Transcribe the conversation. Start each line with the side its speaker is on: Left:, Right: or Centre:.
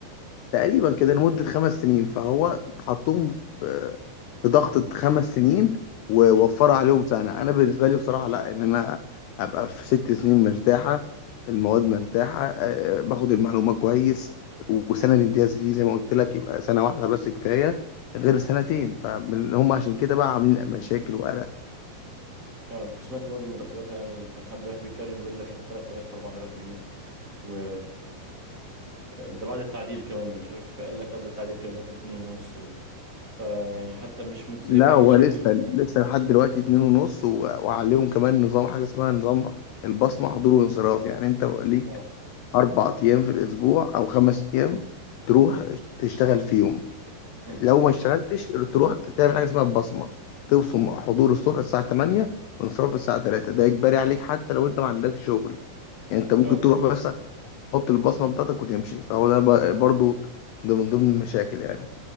Left: تقريبا كده لمده خمس سنين فهو حطهم
Right: اه
Left: في في ضغطه خمس سنين ووفر
Right: امم
Left: عليهم سنه انا بالنسبه لي بصراحه لا ان انا ابقى في ست سنين مرتاحه المواد مرتاحه آه، باخد المعلومات كويس وسنه
Right: امم
Left: الامتياز دي زي ما قلت لك يبقى سنه واحده بس كفايه غير سنتين فهم عشان كده بقى عاملين مشاكل وقلق
Right: اه وسمعت برضه المرتبات يعني كان حد واحد بيتكلم بيقول لك شهر 3000 و4000 جنيه و ده بعد التعديل كمان ده مش عارف قال لك قبل التعديل كانوا بياخدوا اتنين ونص و... فيعني حتى مش مجزية
Left: لا
Right: بأي
Left: هو
Right: شكل
Left: لسه
Right: من-
Left: لسه لحد دلوقتي اتنين ونص و- وعليهم كمان نظام حاجة اسمها نظام البصمة حضور وانصراف يعني انت ليك
Right: اه
Left: أربع أيام في الأسبوع أو خمس أيام تروح تشتغل فيهم
Right: مم.
Left: لو ما اشتغلتش تروح تعمل حاجة اسمها البصمة تبصم حضور الصبح الساعة 8 وانصراف الساعة 3 ده إجباري عليك حتى لو انت ما عندكش شغل يعني انت ممكن
Right: اه
Left: تروح بس تحط البصمة بتاعتك وتمشي فهو ده ب- برضو ده من ضمن المشاكل يعني